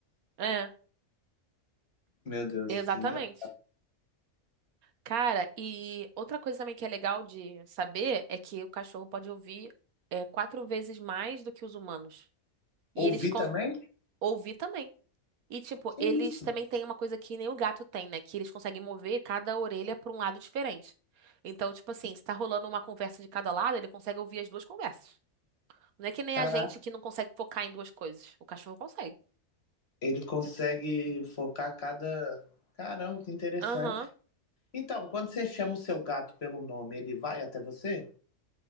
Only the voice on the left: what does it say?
Meu Deus,
que engraçado.
Ouvi
também?
Que
isso?
Caraca,
ele consegue focar cada. Caramba, que interessante.
Então, quando você chama o seu gato pelo nome, ele vai até você?